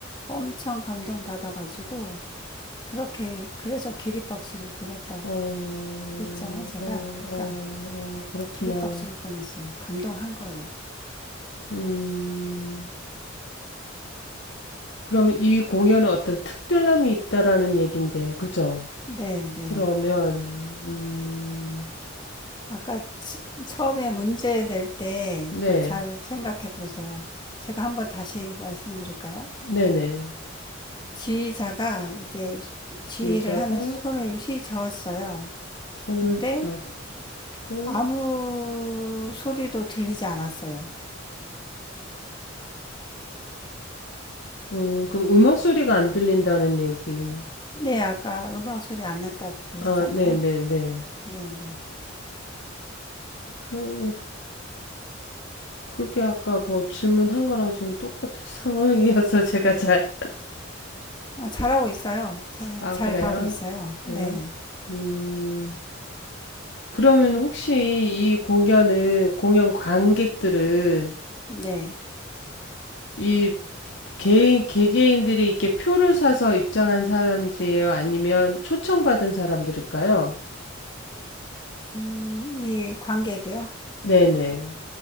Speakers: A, on the left; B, on the left.
A: 엄청 감동받아가지고 그렇게 그래서 기립박수를 보냈다고
B: 어, 어,
A: 했잖아요. 제가
B: 어,
A: 아까
B: 어, 그렇구나.
A: 기립박수를 보냈어요. 감동한 거예요.
B: 음, 그럼 이 공연은 어떤 특별함이 있다라는 얘긴데, 그죠?
A: 네, 네.
B: 그러면, 음,
A: 아까 처음에 문제 낼때
B: 네,
A: 그러니까 잘 생각해 보세요. 제가 한번 다시 말씀드릴까요?
B: 네네.
A: 지휘자가 이게 지휘를
B: 지휘자가
A: 하면서 손을 휘저었어요.
B: 손을
A: 근데
B: 해줬고
A: 아무 소리도 들리지 않았어요.
B: 음, 그럼 음악 소리가 안 들린다는 얘기.
A: 네, 아까 음악 소리 안 났다고
B: 아,
A: 했잖아요.
B: 네네네.
A: 네, 네.
B: 그, 그게 아까 뭐 질문한 거랑 지금 똑같은 <laughs> 상황이어서 제가 잘,
A: 어, 잘하고 있어요. 잘,
B: 아,
A: 잘
B: 그래요?
A: 가고 있어요.
B: 그래요?
A: 네, 네.
B: 음, 그러면 혹시 이 공연은, 공연 관객들은
A: 네.
B: 이 개인, 개개인들이 이렇게 표를 사서 입장한 사람들이에요? 아니면 초청받은 사람들일까요?
A: 음, 이 관객이요?
B: 네네.